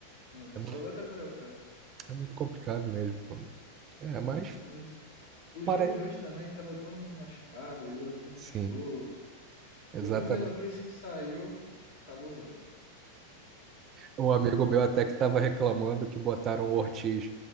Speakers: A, on the left; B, on the right.
A: né,
B: é
A: que
B: muito
A: só vai atrapalhar o cara.
B: é muito complicado mesmo. É, mas
A: né. Mas o
B: fora.
A: jogo de hoje também tava todo mundo machucado, aí De La Cruz machucou.
B: Sim, exatamente.
A: Depois que o De La Cruz saiu, acabou o jogo.
B: Um
A: Acabou.
B: amigo meu até que estava reclamando que botaram o Ortiz.